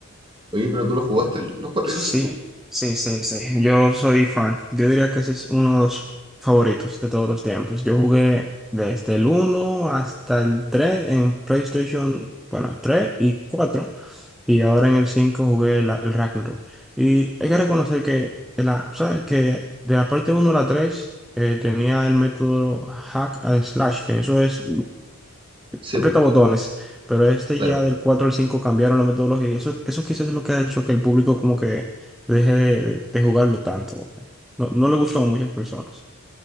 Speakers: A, on the right (about 20°); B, in the centre.
A: Oye, pero tú lo jugaste el- los 4
B: Sí,
A: y el cinco,
B: sí, sí, sí. Yo soy fan. Yo diría que ese es uno de los favoritos de todos los tiempos. Yo jugué desde el uno hasta el 3 en PlayStation, bueno, 3 y 4, Y ahora en el 5 jugué la- el Ragnarok. Y hay que reconocer que, la, ¿sabes? que de la parte uno a la 3 eh, tenía el método hack and slash, que eso es
A: Sí,
B: aprieta
A: pues,
B: botones, pero este
A: claro.
B: ya del 4 al 5 cambiaron la metodología y eso, eso quizás es lo que ha hecho que el público como que deje de, de- de jugarlo tanto. porque No, no le gustó a muchas personas.